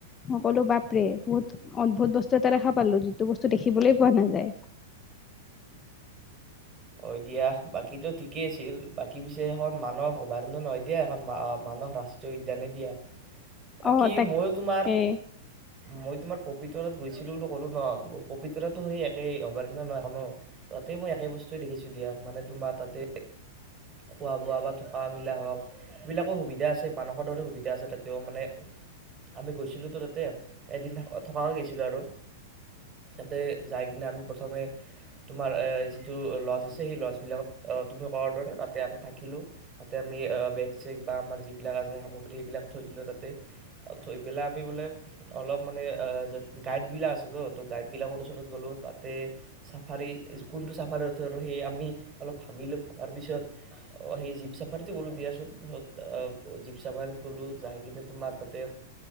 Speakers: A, on the left (about 25°); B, on the right (about 25°).
A: সকলো বাপৰে বহুত অদ্ভুত বস্তু এটা দেখা পালো যিটো বস্তু দেখিবলৈ পোৱা নাযায়।
B: অ দিয়া বাকী ত ঠিকেই আছিল বাকী পিছে এখন মানস অভয়াৰণ্যৰ নহয় দিয়া এখন মানস ৰাষ্ট্ৰীয় উদ্যানে দিয়া। বাকী
A: অ
B: মইয়ো তোমাৰ
A: তাকে
B: মই তোমাৰ পবিতৰাত গৈছিলো বুলি কলো ন পবিতৰা তো সেই একেই অভয়াৰাণ্য নহয় ন তাতেই মই একে বস্তু চৈ দেখিছোঁ দিয়া মানে তোমাৰ তাতে খোৱা বোৱা বা থকা মেলা হওক এইবিলাকো সুবিধা আছে মানুহৰ দৰে সুবিধা আছে তাতেও মানে আমি গৈছিলোঁতো তাতে এদিন থ থক গৈছিলোঁ আৰু তাতে যাই কিনে আমি প্ৰথমে তোমাৰ যিটো লজ আছে সেই লজবিলাকত তুমি কৰাৰ দৰে তাতে আমি থাকিলোঁ, তাতে আমি বেগ চেগ বা আমাৰ যিবিলাক আছে সামগ্ৰী সেইবিলাক থৈ দিলোঁ তাতে থৈ পেলাই আমি বোলে অলপ মানে গাইডবিলাক আছেতো তো গাইডবিলাকৰ ওচৰত গ'লোঁ তাতে চাফাৰী কোনটো চাফ চাফাৰ উঠো আৰু সেই আমি অলপ ভাবিলোঁ ভাবাৰ পিছত সেই জীপ চাফাৰীটো গ'লোঁ দিয়াচোনছ জীপ চাফাৰীত গ'লোঁ যাই কিনে তোমাৰ তাতে